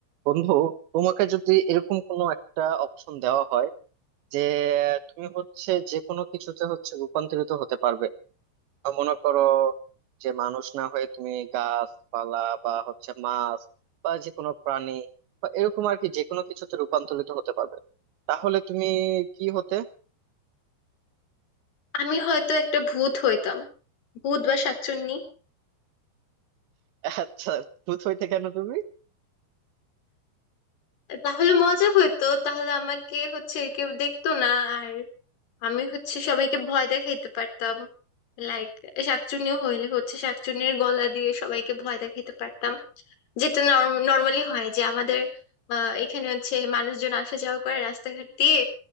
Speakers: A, on the right; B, on the left.
A: বন্ধু তোমাকে যদি এরকম কোনো একটা অপশন দেওয়া হয় যে তুমি হচ্ছে যে কোনো কিছুতে হচ্ছে রূপান্তরিত হতে পারবে আহ, মনে করো যে মানুষ না হয়ে তুমি গাছপালা বা হচ্ছে মাছ বা যে কোনো প্রাণী বা এরকম আর কি যে কোনো কিছুতে রূপান্তরিত হতে পারবে তাহলে তুমি কি হতে
B: আমি হয়তো একটা ভূত হইতাম ভূত বা শাকচুন্নি
A: আচ্ছা ভূত হইতে কেন তুমি
B: তাহলে মজা হইতো তাহলে আমাকে হচ্ছে কেউ দেখতো না আর আমি হচ্ছে সবাইকে ভয় দেখাইতে পারতাম লাইক শাকচুন্নি হইলে হচ্ছে শাকচুন্নির গলা দিয়ে সবাইকে ভয় দেখাইতে পারতাম যেটা নর্মালি হয় যে আমাদের আহ এখানে হচ্ছে মানুষজন আসা যাওয়া করে রাস্তাঘাট দিয়ে